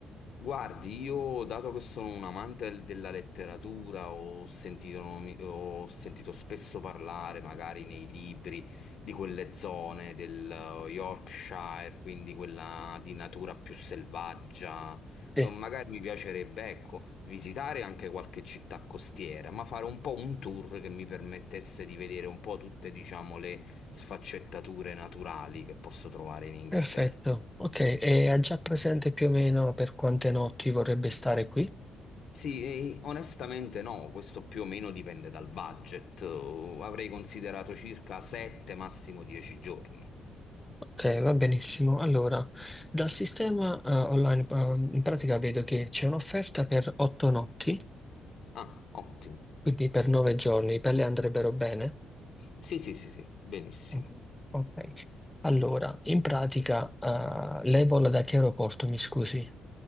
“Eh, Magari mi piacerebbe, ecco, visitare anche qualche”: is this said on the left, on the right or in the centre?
Left